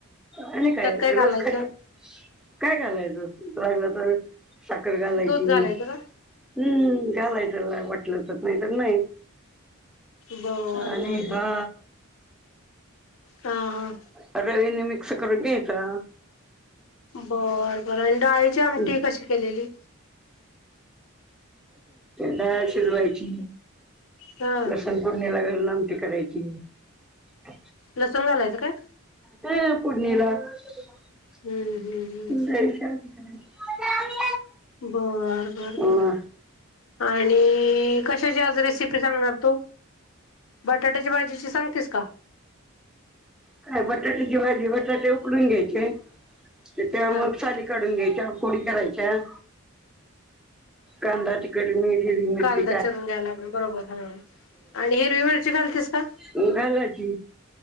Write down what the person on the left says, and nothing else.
त्यात घालायचं
दूध घालायचं
का
बर
बर बर
हा, हा
बर-बर आणि डाळीची आमठी
कशी केलेली?
हा
लसूण घालायचा काय?
हम्म हम्म हम्म
बर-बर-बर
आणि ए कशांची आज रेसिपी सांगणार तूं बटांट्यांच्या भाजीचं सांगतेस कां
हा
हम्म
कांदा चिरून घ्यायला लागेल बरोबर हा. आणि हिरवी मिरची घालतेस का